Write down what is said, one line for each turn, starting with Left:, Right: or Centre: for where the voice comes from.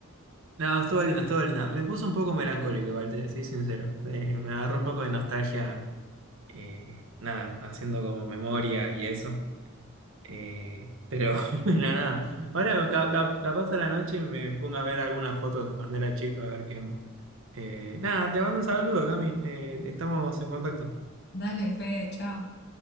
Right: No, estuvo linda, estuvo linda. Me puso un poco melancólico, igual, te soy sincero. Eh, me agarró un poco de nostalgia, eh, nada, haciendo como memoria y eso. Eh, pero, <laughs> bueno, nada. Ahora, ca- ca- capaz a la noche me pongo a ver algunas fotos de cuando era chico, a ver qué onda. Eh, nada, te mando un saludo, Cami. Eh, estamos en contacto.
Left: Dale, Fede, chao.